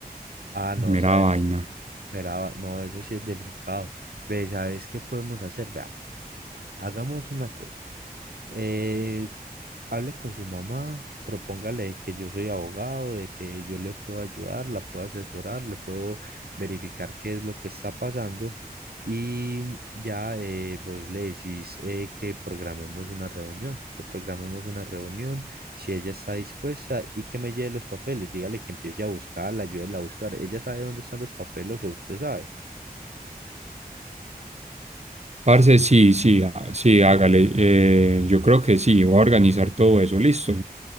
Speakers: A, on the right; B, on the right.
A: Ah, no,
B: mera
A: sabes.
B: vaina.
A: Verá, no, eso sí es delicado. Ve, ¿sabes qué podemos hacer? Vea, hagamos una cosa. Eh, hable con su mamá, propóngale que yo soy abogado, de que yo le puedo ayudar, la puedo asesorar, le puedo verificar qué es lo que está pasando y ya eh, vos le decís eh, que programemos una reunión, que programemos una reunión si ella está dispuesta y que me lleve los papeles, dígale que empiece a buscarla, ayúdela a buscar. Ella sabe dónde están los papeles o usted sabe.
B: Parce, sí, sí, ah, sí, hágale. eh, yo creo que sí, voy a organizar todo eso, listo.